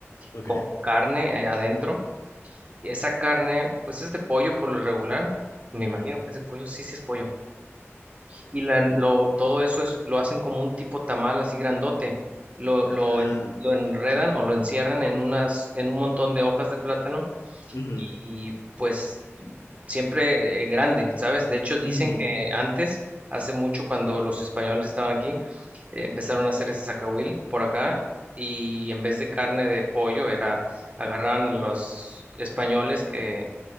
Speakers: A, on the left; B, on the right.
A: ok.
B: Con carne eh, adentro. Y esa carne, pues es de pollo por lo regular. Me
A: Ujú.
B: imagino que es de pollo, sí, sí es pollo. Y la- lo, todo eso es, lo hacen como un tipo tamal así grandote. Lo, lo,
A: Ah,
B: en- lo enredan o lo encierran en unas, en un montón de hojas de plátano
A: ujú,
B: y pues siempre eh, grande, ¿sabes? De hecho, dicen
A: ujú.
B: que antes, hace mucho, cuando los españoles estaban aquí, eh, empezaron a hacer ese zacahuil por acá y en vez de carne de pollo era, agarraban a los españoles que,